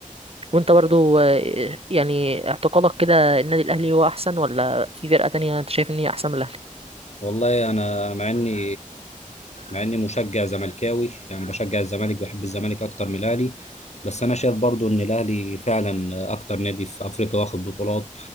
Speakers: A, on the right; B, on the left.
A: وانت برضو آه، يعني اعتقادك كده النادي الاهلي هو احسن ولا في فرقه تانية انت شايف ان هي احسن من الاهلي
B: والله انا مع اني مع اني مشجع زملكاوي يعني بشجع الزمالك بحب الزمالك اكتر من الاهلي بس انا شايف برضو ان الاهلي فعلا اكتر نادي في افريقيا واخد بطولات